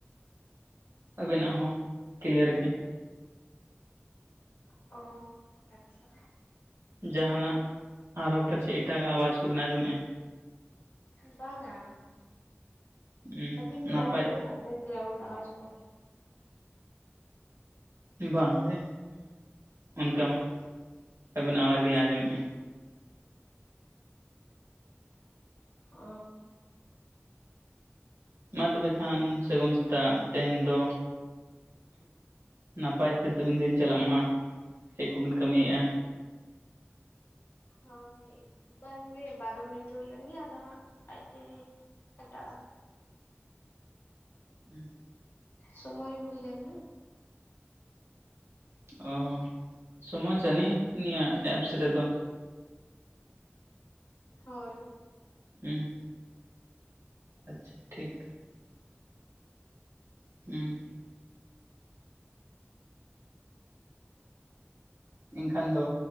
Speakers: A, on the right; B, on the left.
A: ᱟᱵᱤᱱᱟᱜ ᱦᱚᱸ ᱠᱤᱞᱭᱟᱹᱨ ᱜᱮ
B: ᱚ ᱟᱪᱪᱷᱟ
A: ᱡᱟᱦᱟᱱᱟᱜ ᱟᱨᱦᱚᱸ ᱯᱟᱪᱮᱫ ᱮᱴᱟᱜ ᱟᱜ ᱟᱣᱟᱡᱽ ᱠᱚ ᱵᱤᱱ ᱟᱡᱚᱢ ᱮᱜ-ᱟ
B: ᱵᱟᱝ-ᱟ
A: ᱦᱩᱸ
B: ᱟᱵᱤᱱ
A: ᱱᱟᱯᱟᱭ
B: ᱵᱤᱱ ᱟᱡᱚᱢ ᱮᱫᱟ ᱵᱮᱜᱨᱟᱣᱩᱱᱴ ᱟᱣᱟᱡ ᱠᱚ
A: ᱵᱟᱝ ᱜᱮ ᱚᱱᱠᱟ ᱢᱟ ᱟᱵᱤᱱᱟᱜ ᱟᱣᱟᱡᱽ <unintelligible> ᱟᱸᱡᱚᱢ ᱮᱜ-ᱟ
B: ᱚ
A: ᱢᱟ ᱛᱚᱵᱮ ᱠᱷᱟᱱ ᱥᱟᱹᱜᱩᱱ ᱥᱮᱛᱟᱜ ᱛᱮᱦᱮᱧ ᱫᱚ ᱱᱟᱯᱟᱭ ᱛᱮ ᱛᱮᱵᱤᱱ ᱫᱤᱱ ᱪᱟᱞᱟᱜ ᱢᱟ ᱪᱮᱫ ᱠᱚᱵᱤᱱ ᱠᱟᱹᱢᱤ ᱮᱜ-ᱟ
B: ᱦᱚᱭ ᱵᱟᱝᱜᱮ ᱵᱟᱨᱚ ᱢᱤᱱᱤᱴ ᱦᱩᱭ ᱞᱮᱱ ᱜᱮ ᱟᱫᱚ ᱦᱟᱸᱜ ᱟᱡ ᱛᱮᱜᱮ ᱠᱟᱴᱟᱜ-ᱟ
A: ᱦᱩᱸ
B: ᱥᱚᱢᱚᱭ ᱦᱳᱭ ᱞᱮᱱ ᱜᱮ
A: ᱚ ᱥᱚᱢᱟᱡᱽ ᱡᱟᱹᱱᱤ ᱱᱤᱭᱟᱹ ᱮᱯᱥ ᱨᱮᱫᱚ
B: ᱦᱚᱭ
A: ᱩᱸ ᱟᱪᱷᱟ ᱴᱷᱤᱠ <unintelligible> ᱮᱱᱠᱷᱟᱱ ᱫᱚ